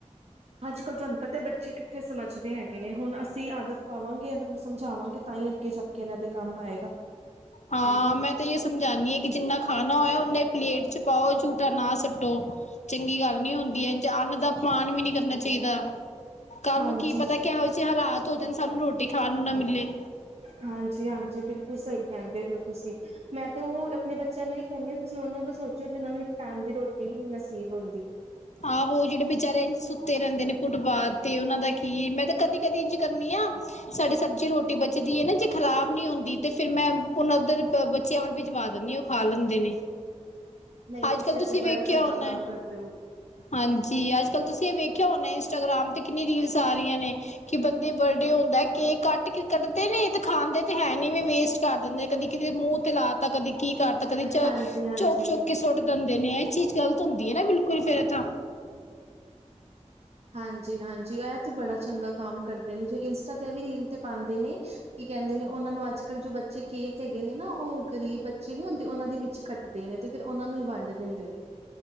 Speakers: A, on the right; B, on the left.
A: ਅੱਜ-ਕੱਲ੍ਹ ਤੁਹਾਨੂੰ ਪਤਾ ਬੱਚੇ ਕਿੱਥੇ ਸਮਝਦੇ ਹੈਗ ਕਿਵੇਂ ਹੁਣ ਅਸੀਂ ਆਦਤ ਪਾਵਾਂਗੇ ਇਹਨਾਂ ਨੂੰ ਸਮਝਾਵਾਂਗੇ ਤਾਂ ਹੀ ਅੱਗੇ ਜਾ ਕੇ ਇਹਨਾਂ ਦੇ ਕੰਮ ਆਏਗਾ।
B: ਹਾਂ ਮੈਂ ਤੇ ਇਹ ਹੀ ਸਮਝਾਂਦੀ ਹਾਂ ਕਿ ਜਿੰਨਾ ਖਾਣਾ ਹੋਯੇ ਉਨਾ ਈ ਪਲੇਟ ਚ ਪਾਓ ਝੂਠਾ ਨਾ ਸਟੋ। ਚੰਗੀ ਗੱਲ ਨਹੀ <unintelligible> ਹੁੰਦੀ ਐ। ਜਾ ਅੰਨ ਦਾ ਅਪਮਾਨ ਵੀ ਨੀ ਕਰਨਾ ਚਾਹੀਦਾ ਕੱਲ੍ਹ
A: ਹਾਂਜੀ
B: ਨੂੰ ਕੀ ਪਤਾ ਕਿਹੋ ਜਿਹੇ ਹਾਲਾਤ ਤੋ ਭੋਜਨ ਸਾਨੂੰ ਰੋਟੀ ਖਾਣ ਨੂੰ ਨਾ ਮਿਲੇ।
A: ਹਾਂਜੀ -ਹਾਂਜੀ, ਬਿਲਕੁਲ ਸਹੀ ਕੈੰਦੇ ਪੇ ਹੋ ਤੁਸੀਂ। ਮੈਂ ਤਾਂ ਉਹ ਅਪਣੇ ਬੱਚਿਆਂ ਨੂੰ ਏਹੀ ਕੈੰਣੀ ਆਂ। ਤੁਸੀਂ ਓਨਾਂ ਦਾ ਸੋਚੋ ਜਿਨਾਂ ਨੂੰ ਇੱਕ ਟੈਮ ਦੀ ਰੋਟੀ ਵੀ ਨੀ ਨਸੀਬ ਹੁੰਦੀ।
B: ਆਹੋ, ਜੇੜੇ ਬੇਚਾਰੇ ਐੰਝ ਸੁੱਤੇ ਰੈੰਦੇ ਨੇ ਫੁੱਟਪਾਥ ਤੇ ਓਹਨਾਂ ਦਾ ਕੀ ਮੈਂ ਤੇ ਕਦੀ- ਕਦੀ ਇੰਚ ਕਰਨੀ ਆ। ਸਾਡੀ ਸਬਜ਼ੀ, ਰੋਟੀ ਰ ਬੱਚੇ ਦੀ ਨਾ ਜੇ ਖਰਾਬ ਨੀ ਹੁੰਦੀ। ਤੇ ਫੇਰ ਮੈਂ ਹੁਣ ਉਧਰ ਬੱਚਿਆਂ ਵੱਲ ਭਿਜਵਾ ਦਿੰਦੀ ਉਹ ਖਾ ਲੈਂਦੇ ਨੇ।
A: ਨਹੀਂ, ਤੁਸੀਂ
B: ਅੱਜ ਕੱਲ੍ਹ
A: ਇਥ ਬੜਾ
B: ਵੇਖਿਆ
A: ਚੰਗਾ
B: ਹੋਣਾ
A: ਕੰਮ ਕਰਦੇ ਹੋ।
B: ਹਾਂਜੀ, ਅੱਜ-ਕੱਲ੍ਹ ਤੁਸੀਂ ਐ ਵੇਖਿਆ ਹੋਣੈ ਇੰਸਟਾਗ੍ਰਾਮ ਤੇ ਕਿੰਨੀ ਰੀਲਸ ਆ ਰੀਆਂ ਨੇ। ਕਿ ਬੰਦੇ ਬਰਡੇ ਹੁੰਦੈ। ਕੇਕ ਕੱਟ ਕੇ ਕੱਟਦੇ ਨੇ ਤੇ ਖਾਂਦੇ ਤੇ ਹੈ ਨੀ ਵੇਸਟ ਕਰ ਦਿੰਦੇ ਆ। ਕਦੀ -ਕਿਦੇ ਮੂੰਹ ਤੇ ਲਾ ਤਾ, ਕਦੀ ਕੀ ਕਰਤਾ, ਕਦੀ ਚ
A: ਹਾਂਜੀ-ਹਾਂਜੀ।
B: ਚੁਕ -ਚੁੱਕ ਕੇ ਸੋਟ ਦੰਦੇ ਨੇ। ਐ ਚੀਜ਼ ਗ਼ਲਤ ਹੁੰਦੀ ਏ ਨਾ ਬਿਲਕੁਲ ਫੇਰ ਤਾਂ।
A: ਹਾਂਜੀ ਹਾਂਜੀ ਇਹ ਤੇ ਬੜਾ ਚੰਗਾ ਕੰਮ ਕਰਦੇ ਨੇ ਜੋ ਇੰਸਟਾ ਤੇ ਐਵੀ ਰੀਲ ਤੇ ਪਾੰਦੇ ਨੇ ਕੀ ਕਹਿੰਦੇ ਨੇ ਉਹਨਾਂ ਨੂੰ ਅੱਜ ਕੱਲ ਜੋ ਬੱਚੇ ਕੇਕ ਹੈਗੇ ਨੇ ਨਾ ਓਹ ਗ਼ਰੀਬ ਬੱਚੇ ਨੀ ਹੁੰਦੇ ਓਹਨਾਂ ਦੇ ਵਿੱਚ ਕੱਟਦੇ ਨੇ ਤੇ ਫਿਰ ਓਹਨਾਂ ਨੂੰ ਹੀ ਵੰਡ ਦਿੰਦੇ ਨੇ।